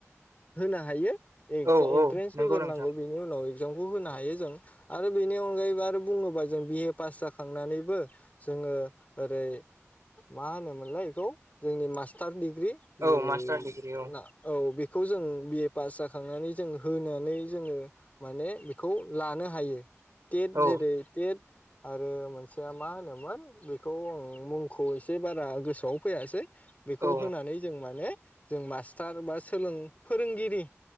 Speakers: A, on the left; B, on the right.
A: होनो हायो एग्जा
B: औ
A: एन्ट्रेन्स
B: औ नंगौ
A: होग्रोनांगौ
B: नोंथां
A: बेनि उनाव एगजाम खौ होनो हायो जों आरो बेनि अनगायैबो आरो बुङोबा जों बि ए पास जाखांनानैबो जोङो ओरै मा होनोमोनलाय इखौ जोंनि मास टार डिग्रि जेरै
B: औ मास्टार डिग्रि औ
A: ना औ बेखौ जों बिए पास जाखांनो जों होनानै जोङो माने बेखौ लानो हायो टेट
B: औ
A: जेरै टेट आरो मोनसेया मा होनोमोन बेखौ आं मुंखौ एसे बारा गोसोआव फैयासै बेखौ
B: औ
A: होनानै जों माने जों मास टार बा सोलों फोरोंगिरि